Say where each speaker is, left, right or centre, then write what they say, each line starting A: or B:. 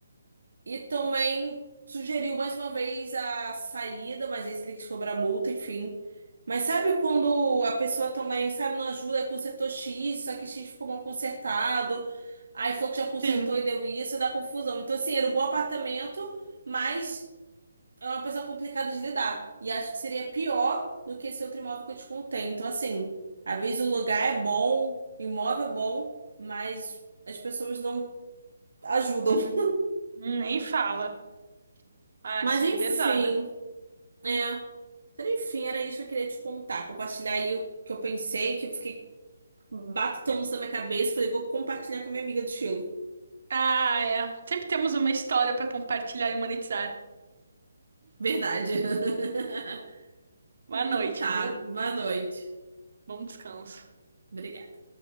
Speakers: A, on the right; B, on the right.
A: E também sugeriu mais uma vez a saída, mas esse ele quis cobrar multa, enfim. Mas sabe quando a pessoa também, sabe, não ajuda, aí consertou X, só que X ficou mal consertado, aí falou que já consertou
B: Sim.
A: e deu isso, dá confusão. Então, assim, era um bom apartamento, mas é uma pessoa complicada de lidar. E acho que seria pior do que esse outro imóvel que eu te contei. Então, assim, às vezes o lugar é bom, o imóvel é bom, mas as pessoas não ajudam.
B: Hum,
A: <laughs>
B: Nem fala. Ah,
A: Mas
B: sim,
A: enfim.
B: é pesado.
A: É. Então, enfim, era isso que eu queria te contar, compartilhar aí o que eu pensei, que eu fiquei batutando
B: <laughs>
A: isso na minha cabeça, falei, vou compartilhar com a minha amiga do Chile.
B: Ah, é. Sempre temos uma história pra compartilhar e monetizar.
A: Verdade. <laughs>
B: Boa
A: Então
B: noite,
A: tá,
B: viu?
A: boa noite.
B: Bom descanso.
A: Obrigada.